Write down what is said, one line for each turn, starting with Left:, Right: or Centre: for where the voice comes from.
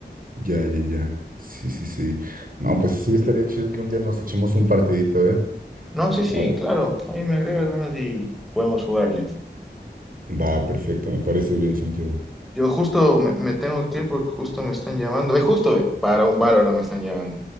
Right: Ya, ya, ya. Sí, sí, sí. No, pues sí, estaría chido que un día nos echemos un partidito, ¿eh?
Centre: No, sí, sí,
Right: A ver.
Centre: claro. Ahí me agregas nomás y podemos jugarle.
Right: Va, perfecto, me parece bien, Santiago.
Centre: Yo justo me, me tengo que ir porque justo me están llamando. Ve, justo, ve, para un Valorant me están llamando.